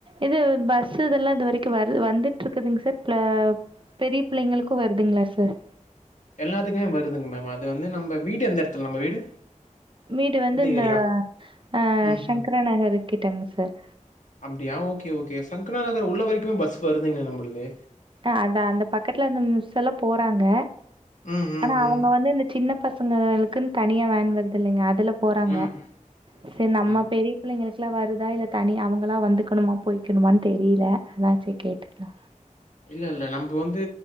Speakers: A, on the right; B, on the left.
A: இது பஸ் இதெல்லா இது வரைக்கு வரு வந்துட்டு இருக்குதுங் சார் ப பெரிய பிள்ளைங்களுக்கு வருதுங்களா சார்
B: எல்லாத்துக்குமே வருதுங்க மேம் அது வந்து நம்ப வீடு எந்த எடத்துல நம்ப வீடு
A: வீடு வந்து
B: எந்த
A: இந்த
B: ஏரியா?
A: அ
B: ம்ஹ்ம்.
A: சங்கரா நகர் கிட்டங் சார்
B: அப்டியா ஓகே ஓகே சங்கரா நகர் உள்ள வரைக்குமே பஸ் வருதுங்கே நம்பளுக்கு
A: அ அதா அந்த பக்கத்துல அந்த மிஸ் எல்லா போறாங்க
B: ம் ம்
A: ஆனா அவங்க
B: ம்.
A: வந்து இந்த சின்ன பசங்கங்களுக்குன் தனியா வேன் வருதுல்லங்க அதுல போறாங்க
B: ம், ம். ம்,
A: செர் நம்ம
B: ம்.
A: பெரிய பிள்ளைங்களுக்லா வருதா இல்ல தனி அவங்களா வந்துக்கணுமா போய்கணுமானு தெரில அதா சரி கேட்டுக்லா
B: இல்லல்ல நம்ப வந்து